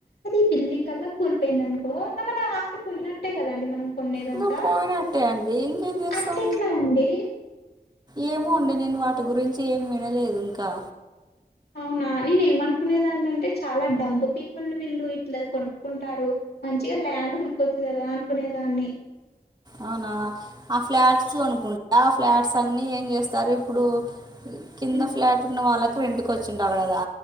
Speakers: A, on the left (about 85°); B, on the right (about 25°).
A: అది ఈ బిల్డింగ్ అల్లా కూల్పోయింది అనుకో మన ఆస్తి పోయినట్టే కదండి మనం కొనేదంతా
B: ఇంకా పోయినట్టే అండి ఇంకేం చేస్తాం
A: అట్లేట్లా అండి
B: ఏమో అండి నేను వాటి గురించి ఏం వినలేదు ఇంకా
A: అవునా నేనేమనుకునేదాన్ని అంటే చాలా డంబ్ పీపుల్ వీళ్ళు ఇట్లా కొనుక్కుంటారు. మంచిగా ల్యాండ్ కొనుక్కొచ్చ కదా అనుకునేదాన్ని
B: అవునా ఆ ఫ్లాట్స్ అనుకుంటా ఆ ఫ్లాట్స్ అన్ని ఏం చేస్తారు ఇప్పుడు కింద
A: హ్మ్,
B: ఫ్లాట్ ఉన్న వాళ్ళకి రెంట్కి వచ్చింటారు కదా